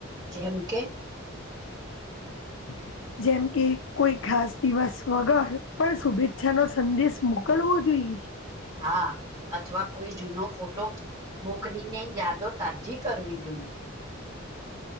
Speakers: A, on the right; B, on the left.
A: જેમ કે?
B: <inaudible> જેમ કે કોઈ ખાસ દિવસ વગર પણ શુભેચ્છા નો સંદેશ મોકલવો જોઈએ.
A: હા અથવા કોઈ જૂનો ફોટો મોકલીને યાદો તાજી કરવી જોઈએ.